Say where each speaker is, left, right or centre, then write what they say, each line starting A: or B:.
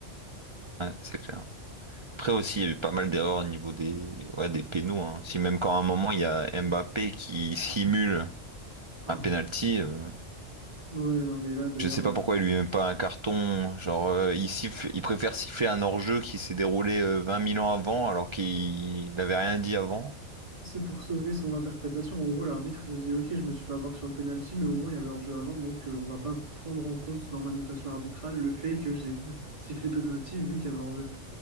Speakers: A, on the right; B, on the right.
A: Ouais, c'est clair. Après aussi, il y a eu pas mal d'erreurs au niveau des, ouais, des pénaux, hein. Si même quand à un moment, il y a Mbappé qui simule
B: Oh.
A: un penalty, euh,
B: Ouais, non, mais là, d'ailleurs.
A: Je sais
B: euh,
A: pas pourquoi il lui met pas un carton. Genre, euh, il siffle- il préfère siffler un hors-jeu qui s'est déroulé euh, 20 000 ans avant alors qu'il n'avait rien dit avant.
B: C'est pour sauver son interprétation. En gros, l'arbitre se dit, OK, je me suis fait avoir sur le penalty, mais au moins il y avait hors-jeu avant, donc euh, on va pas prendre en compte dans ma notation arbitrale le fait que j'ai <laughs> sifflé penalty vu qu'il y avait hors-jeu.